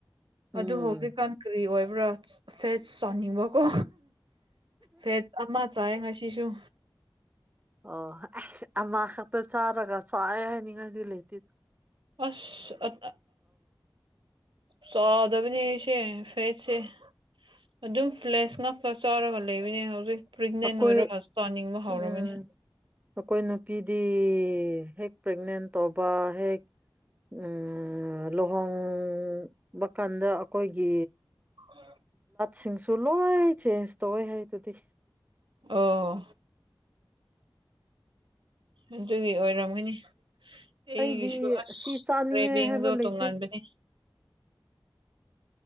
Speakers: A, on the right; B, on the right.
A: ꯎꯝ
B: ꯑꯗꯨ ꯍꯧꯖꯤꯛꯀꯥꯟ ꯀꯔꯤ ꯑꯣꯏꯕ꯭ꯔꯥ ꯐꯦꯁ ꯆꯥꯅꯤꯡꯕꯀꯣ ꯐꯦ ꯑ ꯆꯥꯥꯏ ꯉꯁꯤꯁꯨꯨ
A: ꯑꯣ ꯑꯁ ꯑ ꯈꯛꯇ ꯆꯥꯔꯒ ꯆꯥꯏ ꯍꯥꯏꯅꯤꯡꯉꯥꯏꯗꯤ ꯂꯩꯇꯦꯔꯣ
B: ꯑꯁ ꯑ ꯁꯣ ꯐꯗꯕꯅꯦ ꯑꯩꯁꯦ ꯐꯦꯁꯁꯦ ꯑꯗꯨꯝ ꯐ꯭ꯂꯦꯁ ꯉꯥꯛꯇ ꯆꯥꯔꯒ ꯂꯩꯕꯅꯦ ꯍꯧꯖꯤꯛ ꯄ꯭ꯔꯦꯒꯅꯦꯟ
A: ꯑꯩꯈꯣꯏ
B: ꯑꯣꯏꯔꯒ ꯆꯥꯅꯤꯡꯕ ꯍꯧꯔꯕꯅꯦ
A: ꯎꯝ ꯑꯩꯈꯣꯏ ꯅꯨꯄꯤꯗꯤ ꯍꯦꯛ ꯄ꯭ꯔꯦꯒꯅꯦꯟ ꯇꯧꯕ ꯍꯦꯛ ꯎ ꯂꯨꯍꯣꯡꯕ ꯀꯥꯟꯗ ꯑꯩꯈꯣꯏꯒꯤ
B: ꯑ
A: ꯁꯤꯡꯁꯨ ꯂꯣꯏ ꯆꯦꯟꯖ ꯇꯧꯋꯦ ꯍꯥꯏ ꯑꯗꯨꯗꯤ
B: ꯑꯣ ꯑꯗꯨꯒꯤ ꯑꯣꯏꯔꯝꯒꯅꯤ ꯑꯩꯒꯤꯁꯨ
A: ꯑꯩꯗꯤ
B: ꯑꯁ
A: ꯑꯁꯤ ꯆꯥꯅꯤꯡꯉꯦ
B: ꯔꯦꯚꯡꯗꯣ
A: ꯍꯥꯏꯕ ꯂꯩꯇꯦ
B: ꯇꯣꯉꯥꯟꯕꯅꯤ